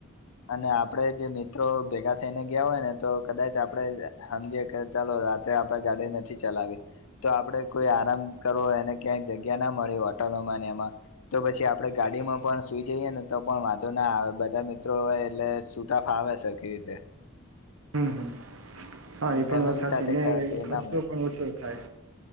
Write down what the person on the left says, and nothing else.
અને આપડે જે મિત્રો ભેગા થઈને ગયા હોય ને તો કદાચ આપડે હમજે કે ચાલો રાતે આપે ગાડી નથી ચલાવી. તો આપડે કોઈ આરામ કરવો એને ક્યાંય જગ્યા ના મળી હોત તો એમાં ને એમાં. તો પછી આપડે ગાડીમાં પણ સુઈ જઈએ ને તો પણ વાંધો ના આવે બધા મિ તો એ એટલે સુતા ફાવે સરખી રીતે.
ફેમિલી
સાથે
ગયો તો એ
ના મળે